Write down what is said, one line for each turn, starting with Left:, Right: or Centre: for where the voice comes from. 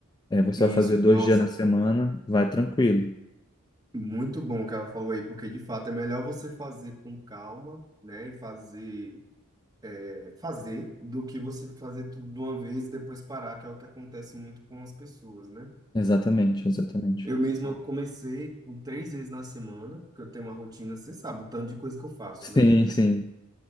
Left: eh, você
Right: isso,
Left: vai fazer dois
Right: nossa,
Left: dias na semana, vai tranquilo.
Right: muito bom o que ela falou aí, porque de fato é melhor você fazer com calma, né, e fazer, é, fazer do que você fazer tudo de uma vez e depois parar, que é o que acontece muito com as pessoas, né?
Left: Exatamente, exatamente.
Right: Eu mesmo eu comecei com três vezes na semana, porque eu tenho uma rotina, você sabe, o tanto de coisa que eu faço,
Left: Sim,
Right: né?
Left: sim.